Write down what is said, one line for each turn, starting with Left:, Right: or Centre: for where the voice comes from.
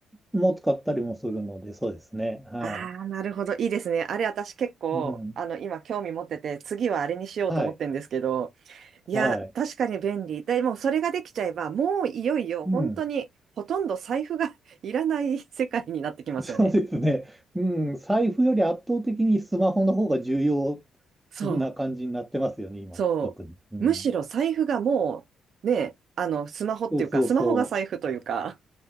Centre: もう使ったりもするので、そうですね。は
Right: ああ、なるほど。いいですね。あれ、私結構、
Centre: い。うん。
Right: あの、今興味持ってて、次はあれにしようと思ってるんですけど、
Centre: はい。
Right: いや、
Centre: はい。
Right: 確かに便利。でも、それができちゃえば、もういよいよ、
Centre: うん。
Right: 本当に、ほとんど財布が <laughs> いらない世界になってきますよね。
Centre: <laughs> そうですね。うん。財布より圧倒的にスマホの方が重要
Right: そう、
Centre: な感じになってますよね、今、
Right: そう。
Centre: 特に。うん。
Right: むしろ財布がもう、ね、あの、スマホっていうか、
Centre: そうそうそ
Right: スマホが財布というか、